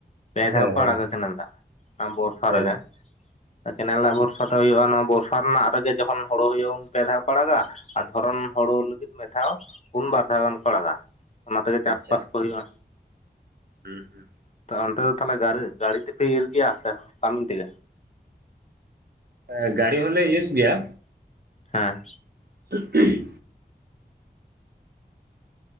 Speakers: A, on the left (about 40°); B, on the right (about 65°).
A: ᱯᱮ
B: ᱦᱮᱸ
A: ᱫᱷᱟᱣ ᱠᱚ
B: ᱦᱮᱸ
A: ᱟᱲᱟᱜᱟ ᱠᱮᱱᱮᱞ ᱫᱟᱜ, ᱚᱱᱟ ᱵᱚᱨᱥᱟ
B: ᱦᱮᱸ
A: ᱨᱮᱜᱮ᱾ ᱠᱮᱱᱮᱞ ᱨᱮᱱᱟᱜ ᱵᱷᱚᱨᱥᱟ ᱫᱚ ᱦᱩᱭᱩᱜᱼᱟ ᱱᱚᱣᱟ ᱵᱚᱨᱥᱟ ᱨᱮᱱᱟᱜ ᱨᱮᱜᱮ ᱡᱚᱠᱷᱚᱱ ᱦᱳᱲᱳ ᱦᱩᱭᱩᱜ ᱩᱱ ᱯᱮ ᱫᱷᱟᱣ ᱠᱚ ᱟᱲᱟᱜᱟ, ᱟᱨ ᱫᱷᱚᱨᱚᱱ ᱦᱩᱲᱩ ᱞᱟᱹᱜᱤᱫ ᱢᱤᱫ ᱫᱷᱟᱣ ᱯᱩᱱ, ᱵᱟᱨ ᱫᱷᱟᱣ ᱜᱟᱱ ᱠᱚ ᱟᱲᱟᱜᱟ᱾ ᱚᱱᱟ ᱛᱮᱜᱮ ᱪᱟᱥᱼᱵᱟᱥ
B: ᱟᱪᱪᱷᱟ
A: ᱠᱚ ᱦᱩᱭᱩᱜᱼᱟ᱾
B: ᱦᱩᱸ ᱦᱩᱸ᱾
A: ᱛᱚ ᱚᱱᱛᱮ ᱫᱚ ᱛᱟᱦᱚᱞᱮ ᱜᱟᱨᱤ, ᱜᱟᱹᱲᱤ ᱛᱮᱯᱮ ᱤᱨ ᱜᱮᱭᱟ ᱥᱮ ᱠᱟᱹᱢᱤ ᱛᱮᱜᱮ?
B: ᱮ ᱜᱟᱹᱰᱤ ᱦᱚᱸᱞᱮ ᱤᱭᱩᱥ ᱜᱮᱭᱟ,
A: ᱦᱮᱸ᱾
B: <inaudible>